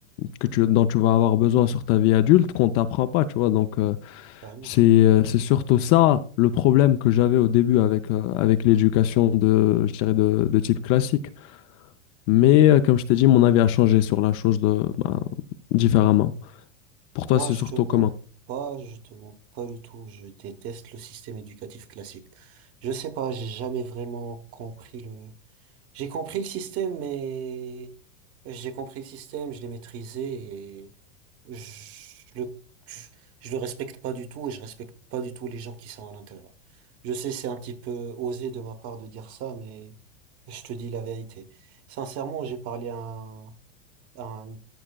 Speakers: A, on the left (about 40°); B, on the right (about 40°).
A: que tu, dont tu vas avoir besoin sur ta vie adulte qu'on t'apprend pas, tu vois, donc euh,
B: Vraiment.
A: c'est, euh, c'est surtout ça le problème que j'avais au début avec, euh, avec l'éducation de, je dirais de, de type classique, mais euh, comme je t'ai dit, mon avis a changé sur la chose de, ben, différemment. Pour toi,
B: Moi,
A: c'est
B: je
A: surtout
B: te mens
A: comment?
B: pas, je te mens pas du tout. Je déteste le système éducatif classique. Je sais pas, j'ai jamais vraiment compris le. J'ai compris le système, mais j'ai compris le système, je l'ai maîtrisé et je le je, je le respecte pas du tout et je respecte pas du tout les gens qui sont à l'intérieur. Je sais, c'est un petit peu osé de ma part de dire ça, mais je te dis la vérité. Sincèrement, j'ai parlé à un un-